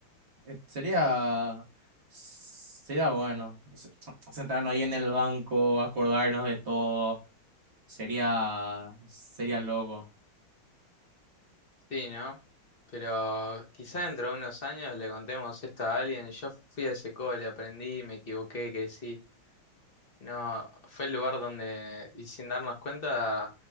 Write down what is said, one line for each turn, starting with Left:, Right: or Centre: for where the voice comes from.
Right: eh, sería, sería bueno se- sentarnos ahí en el banco, acordarnos de todo, sería, sería loco.
Left: Sí, ¿no? Pero quizá dentro de unos años le contemos esto a alguien. Yo fui a ese cole, aprendí, me equivoqué, crecí. No, fue el lugar donde, y sin darnos cuenta,